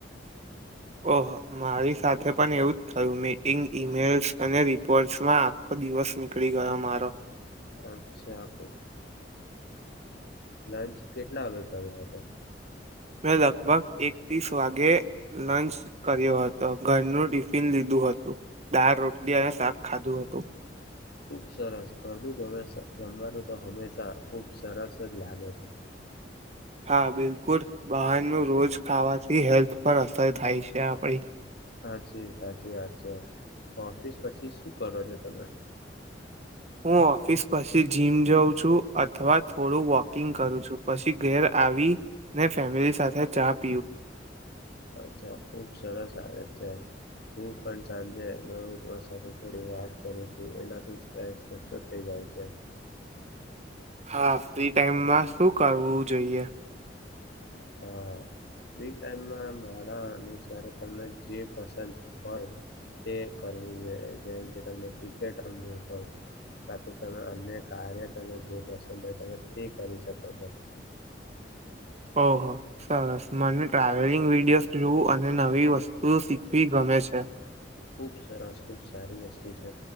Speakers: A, on the right; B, on the left.
A: ઓહો મારી સાથે પણ એવું જ થયું મિટિંગ ઈમેલ્સ અને રિપોર્ટસમાં આખો દિવસ નીકળી ગયો મારો
B: અચ્છા આપ લંચ કેટલા વાગે કર્યા હતા
A: મેં લગભગ એક ત્રીસ વાગે લંચ કર્યો હતો ઘરનું ટિફિન લીધું હતું દાળ રોટલી અને શાક ખાધું હતું
B: ખુબ સરસ ઘરનું જમવાનું તો હંમેશા ખુબ સરસ જ લાગે છે
A: હા બિલકુલ બહારનું રોજ ખાવાથી હેલ્થ પર અસર થાય છે આપડી
B: સાચી સાચી વાત છે ઓફિસ પછી શું કરો છો તમે હમ
A: હું ઓફિસ પછી જીમ જાઉં છું અથવા થોડું વોકિંગ કરું છું પછી ઘેર આવી ને ફેમિલી સાથે ચાપ
B: અચ્છા ખુબ સરસ હાલત છે હું પણ સાંજે નવ સાથે થોડી વાત કરું છું એનાથી સ્્રેસ ઓછ થઈ જાય છે
A: હા ફ્રી ટાઈમમાં શું કરવું જોઈએ
B: હા ફ્રી ટાઈમમાં મારા અનુસાર જે પસંદ હોય એ કરવું જોઈએ જેમ કે ત ક્રિકેટ રમવું હોય કા તો તમે અન્ય કાર્ય તમે જે પસંદ હોય તમે તે કરી શકો છો <inaudible>
A: ઓહ સરસ મને ટ્રાવેલિંગ વિડીયોઝ જોવું અને નવી વસ્તુ શીખવી ગમે છે
B: ખુબ સરસ ખુબ સારી વસ્